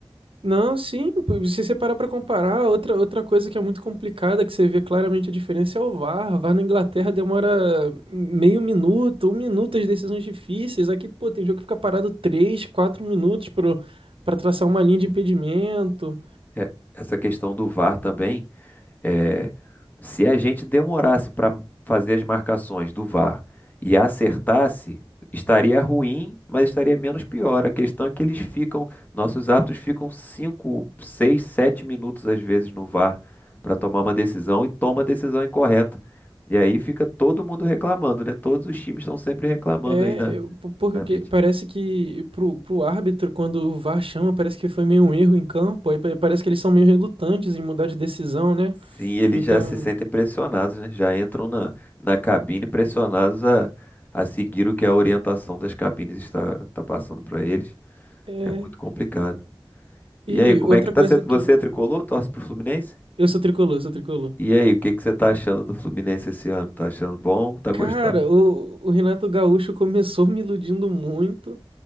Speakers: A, on the right; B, on the left.
A: Não, sim, pô, se você parar pra comparar, outra, outra coisa que é muito complicada, que você vê claramente a diferença é o VAR. O VAR na Inglaterra demora meio minuto, um minuto as decisões difíceis. Aqui, pô, tem jogo que fica parado três, quatro minutos pro, pra traçar uma linha de impedimento.
B: É, essa questão do VAR também. É, se a gente demorasse para fazer as marcações do VAR e acertasse, estaria ruim, mas estaria menos pior. A questão é que eles ficam, nossos árbitros ficam 5, 6, 7 minutos às vezes no VAR para tomar uma decisão e toma a decisão incorreta. E aí fica todo mundo reclamando, né? Todos os times estão sempre reclamando
A: É,
B: aí na,
A: eu- po- porque
B: na
A: o
B: mídia.
A: que- parece que pro, pro árbitro, quando o VAR chama, parece que foi meio um erro em campo, aí pa- parece que eles são meio relutantes em mudar de decisão, né?
B: Sim, eles
A: Então,
B: já se sentem pressionados, né? Já entram na, na cabine pressionados a, a seguir o que a orientação das cabines está, está passando para eles.
A: é.
B: É muito complicado.
A: E
B: E aí, como
A: outra
B: é que tá
A: coisa
B: sendo?
A: aqui,
B: Você é tricolor? Torce pro Fluminense?
A: eu sou tricolor, sou tricolor.
B: E aí, o que que você tá achando do Fluminense esse ano? Tá achando bom? Tá
A: Cara,
B: gostando?
A: o, o Renato Gaúcho começou me iludindo muito.